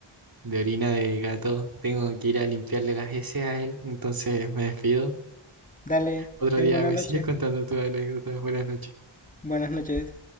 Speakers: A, on the right (about 45°); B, on the left (about 15°).
A: de orina de gato, tengo que ir a limpiarle las heces a él, entonces me despido.
B: Dale,
A: Otro
B: ten
A: día
B: buena
A: me
B: noche.
A: sigues contando tus anécdotas. Buenas noches.
B: Buenas noches.